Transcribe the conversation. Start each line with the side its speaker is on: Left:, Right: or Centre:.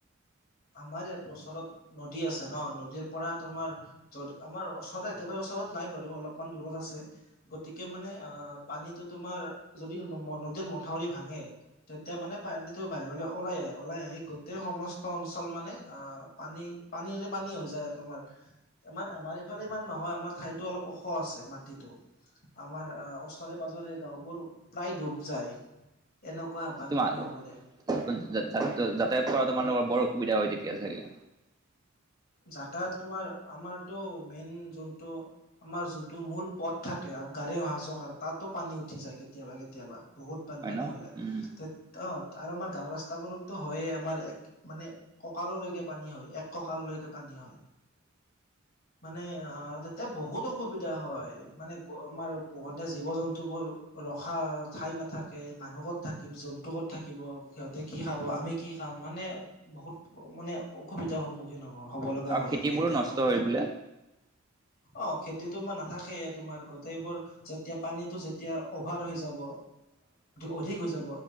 Left: আমাৰ ইয়াত ওচৰত নদী আছে ন, নদীৰ পৰা তোমাৰ <inaudible> য'ত আমাৰ ওচৰতে একেবাৰে ওচৰত নাই বাৰু অলপমান দূৰত আছে। <unintelligible> গতিকে মানে আহ পানীটো তোমাৰ <unintelligible> যদি <unintelligible> নদীৰ মথাউৰি ভাঙে, তেতিয়া মানে পানীটো বাহিৰলৈ ওলাই আহে, ওলাই আহি গোটেই সমষ্ট <inaudible> সমস্ত অঞ্চল মানে আহ পানী-পানীৰে পানী হৈ যায় আৰু তোমাৰ। <unintelligible> আমাৰ-আমাৰ এইফালে ইমান নহয় আমাৰ ঠাইতো অলপ ওখ আছে, মাটিটো। <inaudible> আমাৰ আহ ওচৰে-পাজৰে গাঁওবোৰ প্ৰায় ডুব যায়। <inaudible> এনেকুৱা বানপানী
Right: তোমাৰ
Left: হ'লে <inaudible>
Right: <unintelligible> যাতায়াত কৰা তোমালোকৰ বৰ অসুবিধা হয় তেতিয়া চাগে?
Left: যাতায়াত তোমাৰ আমাৰটো মেইন যোনটো <unintelligible> আমাৰ যোনটো মূল পথ থাকে, গা়ড়ী অহা-যোৱা কৰা তাতো পানী উঠি যায় কেতিয়াবা-কেতিয়াবা। <unintelligible> বহুত বানপানী
Right: হয় ন
Left: হলে
Right: উম
Left: তে <unintelligible> <unintelligible> অঁ আৰু আমাৰ গাঁও ৰাস্তাবোৰতো হয়ে আমাৰ এক মানে কঁকাললৈকে পানী হয়। এক কঁকাললৈকে পানী হয়। মানে অঁ তেতিয়া বহুত <unintelligible> <inaudible> অসুবিধা হয় মানে <unintelligible> আমাৰ পোহনীয়া জীৱ-জন্তুবোৰ ৰখা ঠাই নাথাকে, মানুহত থাকিম জন্তু ক'ত থাকিব, সিহঁতে কি খাব, আমি কি খাম। মানে বহুত মানে অসুবিধাৰ সন্মুখীন হ'ব হ'ব লগা হয়
Right: খেতিবোৰো
Left: আৰু এই টাইমত।
Right: নষ্ট হৈ বোলে
Left: অঁ খেতি তোমাৰ নাথাকেই তোমাৰ গোটেইবোৰ যেতিয়া পানীটো যেতিয়া অভাৰ হৈ যাব অধিক হৈ যাব